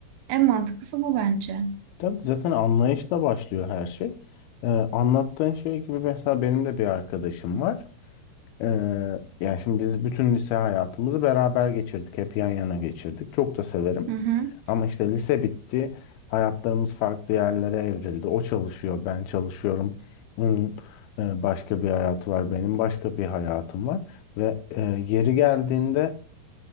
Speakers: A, on the right; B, on the left.
A: En mantıklısı bu bence.
B: Tabii ki zaten anlayışla başlıyor her şey. Ee, anlattığın şey gibi mesela benim de bir arkadaşım var. Ee, yani şimdi biz bütün lise hayatımızı beraber geçirdik. Hep yan yana geçirdik. Çok da severim.
A: Hı hı.
B: Ama işte lise bitti. Hayatlarımız farklı yerlere evrildi. O çalışıyor, ben çalışıyorum. Onun e, başka bir hayatı var, benim başka bir hayatım var. Ve e, yeri geldiğinde